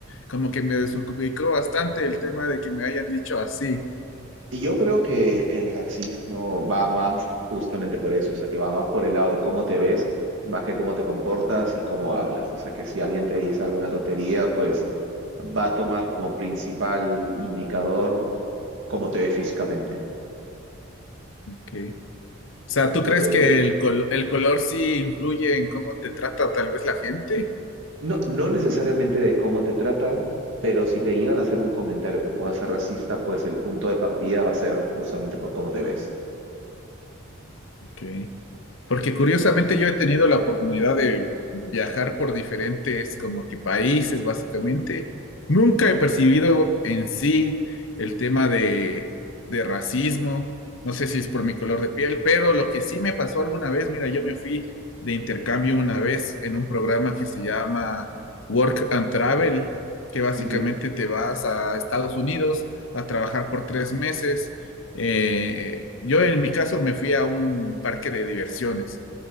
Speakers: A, on the left; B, on the right.
A: como que me desubicó bastante el tema de que me hayan dicho así.
B: Y yo creo que el racismo va más justamente por eso, o sea, que va más por el lado de cómo te ves, más que cómo te comportas y cómo hablas. O sea, que si alguien te dice alguna tontería, pues va a tomar como principal indicador cómo te ve físicamente.
A: Ok. O sea,
B: Entonces,
A: ¿tú crees que el, col- el color sí influye en cómo te trata tal vez la gente?
B: no, no necesariamente de cómo te tratan, pero si te llegan a hacer un comentario que pueda ser racista, pues el punto de partida va a ser justamente por cómo te ves.
A: Ok. Porque curiosamente yo he tenido la oportunidad de viajar por diferentes como que países, básicamente. Nunca he percibido en sí el tema de, de racismo. No sé si es por mi color de piel, pero lo que sí me pasó alguna vez, mira, yo me fui de intercambio una vez en un programa que se llama Work and Travel, que básicamente
B: Ujú.
A: te vas a Estados Unidos a trabajar por tres meses eh, yo en mi caso me fui a un parque de diversiones.